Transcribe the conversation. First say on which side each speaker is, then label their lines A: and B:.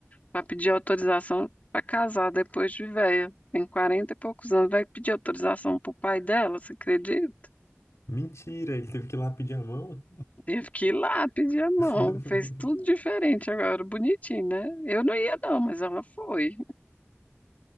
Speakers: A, on the left; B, on the left.
A: Vai pedir autorização para casar depois de velha. Tem 40 e poucos anos. Vai pedir autorização pro pai dela, você acredita?
B: Mentira, ele teve que ir lá pedir a mão?
A: Teve que ir lá pedir a mão.
B: <laughs>
A: Fez tudo diferente agora. Bonitinho, né? Eu não ia, não, mas ela foi.